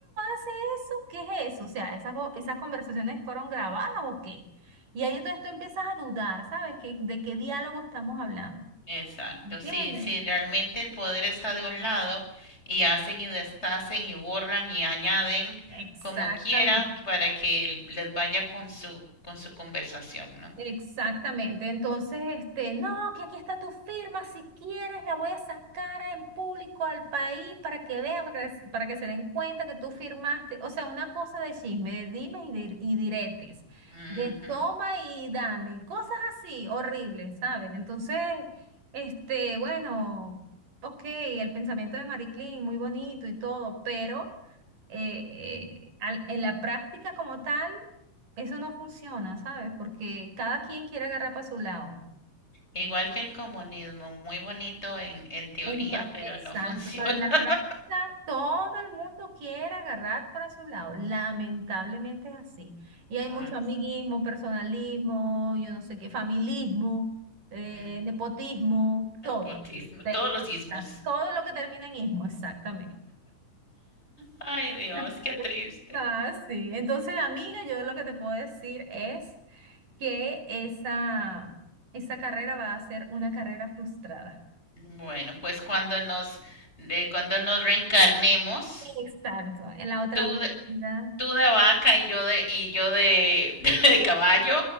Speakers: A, on the right; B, on the left.
A: hace eso? ¿Qué es eso? O sea, ¿esas, co- esas conversaciones fueron grabadas o qué? Y ahí entonces tú empiezas a dudar, ¿sabes? ¿Qué- de qué diálogo estamos hablando?
B: Exacto,
A: ¿Entiendes?
B: sí, sí, realmente el poder está de un lado y hacen y deshacen y borran y añaden
A: Exactamente.
B: como quieran para que les vaya con su con su conversación, ¿no?
A: Exactamente. Entonces, este, no, que aquí está tu firma, si quieres la voy a sacar en público al país para que vean, para que, para que se den cuenta que tú firmaste. O sea, una cosa de chisme, de dime y, dir- y diretes,
B: Ujú.
A: de toma y dame, cosas así, horribles, ¿sabes? Entonces, este, bueno, ok, el pensamiento de Marie Claire, muy bonito y todo, pero eh, eh, al- en la práctica como tal, eso no funciona, ¿sabes? Porque cada quien quiere agarrar para su lado.
B: Igual que el comunismo, muy bonito en, en teoría,
A: En pa-
B: pero
A: Exacto,
B: no funciona.
A: pero en la
B: <laughs>
A: práctica todo el mundo quiere agarrar para su lado. Lamentablemente es así. Y hay
B: Ay,
A: mucho amiguismo, personalismo, yo no sé qué, familismo, eh,
B: mm,
A: nepotismo, todo.
B: nepotismo,
A: Te-
B: todos los ismos.
A: ta- Todo lo que termina en ismo, exactamente.
B: Ay, Dios,
A: <laughs>
B: qué triste.
A: Ah, sí. Entonces, amiga, yo lo que te puedo decir es que esa, esa carrera va a ser una carrera frustrada.
B: Bueno, pues cuando nos de, cuando nos reencarnemos,
A: Exacto, en la otra
B: tú de,
A: vida.
B: tú de vaca y yo de y yo de, <laughs> de caballo,